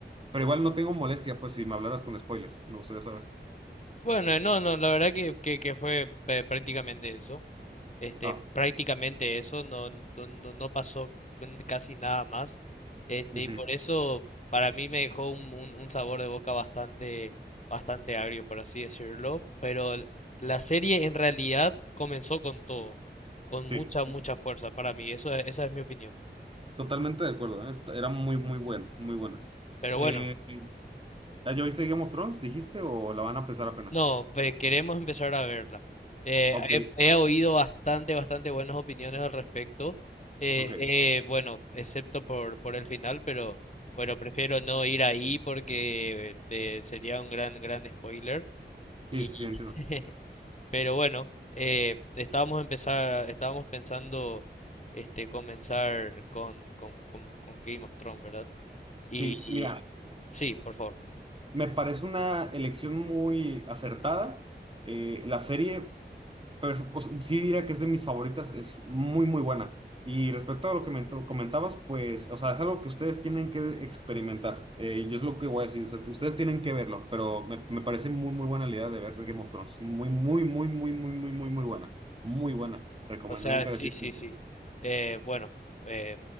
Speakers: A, on the right; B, on the left.
A: Pero igual no tengo molestia, pues si me hablaras con spoilers, me gustaría saber.
B: Bueno, eh, no, no, la verdad que, que, que fue eh, prácticamente eso. Este,
A: Ah,
B: prácticamente eso, no, no, no no pasó con casi nada más. Este,
A: ujú,
B: y por eso para mí me dejó un, un- un sabor de boca bastante, bastante agrio, por así decirlo. Pero el- la serie en realidad comenzó con todo, con
A: Sí,
B: mucha, mucha fuerza para mí. Eso, es- esa es mi opinión.
A: totalmente de acuerdo. ¿eh? Esta- Era muy, muy buena, muy buena.
B: Pero
A: Eh,
B: bueno,
A: ¿ah, ¿ya viste Game of Thrones, dijiste, o la van a empezar apenas?
B: No, ve- queremos empezar a verla. Eh,
A: Ok,
B: he, he oído bastante, bastante buenas opiniones al respecto. Eh,
A: ok.
B: eh, bueno, excepto por, por el final, pero bueno, prefiero no ir ahí porque te- sería un gran, gran spoiler. Y,
A: Sí, sí, sí, entiendo.
B: <laughs> pero bueno, eh, estábamos empezar, estábamos pensando este, comenzar con, con, con, con Game of Thrones, ¿verdad? Y,
A: Sí,
B: y-
A: mira.
B: sí, por favor.
A: Me parece una elección muy acertada. Eh, la serie, pues, pues, sí diría que es de mis favoritas, es muy, muy buena. Y respecto a lo que me to- comentabas, pues, o sea, es algo que ustedes tienen que experimentar. Eh, yo es lo que voy a decir, o sea, que ustedes tienen que verlo, pero me, me parece muy, muy buena la idea de ver Game of Thrones. Muy, muy, muy, muy, muy, muy, muy, muy buena. Muy buena. Recomendada
B: O sea,
A: encarecidamente.
B: sí, sí, sí. Eh, bueno, eh,